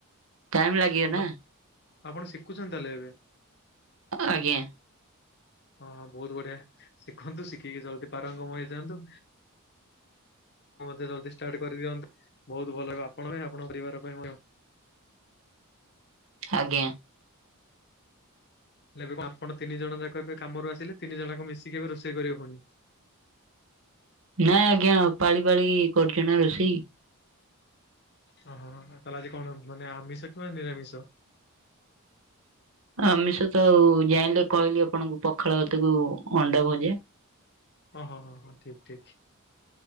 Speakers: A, on the right (about 65°); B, on the left (about 50°).
A: ଟାଇମ ଲାଗିବ
B: ହଁ
A: ନା
B: ବା ଆପଣ ଶିଖୁଛନ୍ତି ତାହେଲେ ଏବେ
A: ଆଜ୍ଞା
B: ହଁ ହଁ ବହୁତ ବଢିଆ ଶିଖନ୍ତୁ ଶିଖିକି ଜଲଦି ପାରଙ୍ଗମ ହେଇଯାଆନ୍ତୁ ଜଲଦି <unintelligible> ଷ୍ଟାର୍ଟ କରିଦିଅନ୍ତୁ ବହୁତ ଭଲ ଆପଣଙ୍କ ପାଇଁ ଆପଣଙ୍କ ପରିବାର ପାଇଁ ମଧ୍ୟ
A: ଆଜ୍ଞା
B: ନେ ଆପଣ ତିନି ଜଣ ଯାକ କାମରୁ ଆସିଲେ, ତିନି ଜଣ ଯାକ ମିଶିକି ଏବେ ରୋଷେଇ କରିବାକୁପଡିବ।
A: ନାଇଁ ଆଜ୍ଞା ପାଳି ପାଳି କରୁଛୁ ନା ରୋଷେଇ।
B: ହଁ ହଁ ହଁ ତାହେଲେ ଆଜି କଣ ମାନେ ଆମିଷ କିମ୍ବା ନିରାମିଷ?
A: ଆମିଷ ତ ଆଉ, ଜାଇଁଲେ କହିଲି ଆପଣଙ୍କୁ ପଖାଳ ଭାତକୁ ଅଣ୍ଡା ଭଜା।
B: ହଁ ହଁ ହଁ ହଁ ଠିକ ଠିକ।